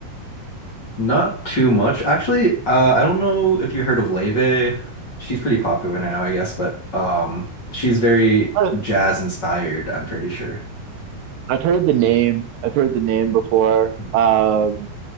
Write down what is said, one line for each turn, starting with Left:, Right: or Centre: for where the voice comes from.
Left: not too much. Actually, uh, I don't know if you heard of Leve. She's pretty popular now, I guess, but um, she's very
Right: I-
Left: jazz inspired, I'm pretty sure.
Right: I've heard the name. I've heard the name before.
Left: Hmm.
Right: Um,